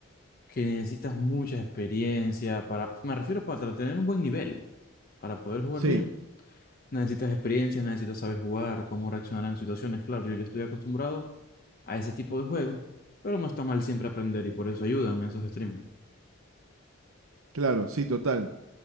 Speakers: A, on the left; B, on the right.
A: que necesitas mucha experiencia para, me refiero para tener un buen nivel. Para poder jugar
B: Sí,
A: bien, necesitas experiencia, necesitas saber jugar, cómo reaccionar en situaciones. Claro, yo ya estoy acostumbrado a ese tipo de juegos, pero no está mal siempre aprender y por eso ayudan esos streams.
B: claro, sí, total.